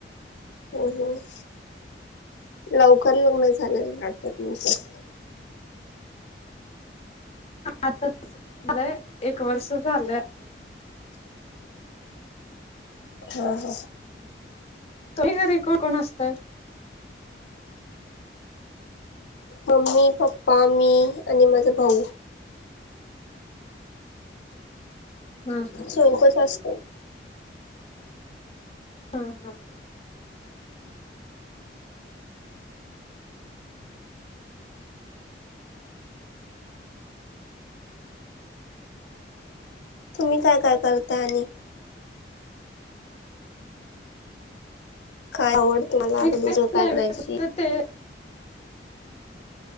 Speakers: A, on the left (about 80°); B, on the left (about 35°).
A: हम हम लवकर लग्न झालं वाटत तुमच
B: आताच मला एक वर्ष झालंय आता
A: हा हा
B: तरी घरी कोण कोण असतय
A: मम्मी पप्पा मी आणि माझा भाऊ
B: हा हा
A: सोपच असत
B: हा हा
A: तुम्ही काय काय करता आणि काय आवड तुम्हाला
B: मी
A: असं
B: काहीच
A: दुसरं काय
B: नाही
A: करायची?
B: फक्त ते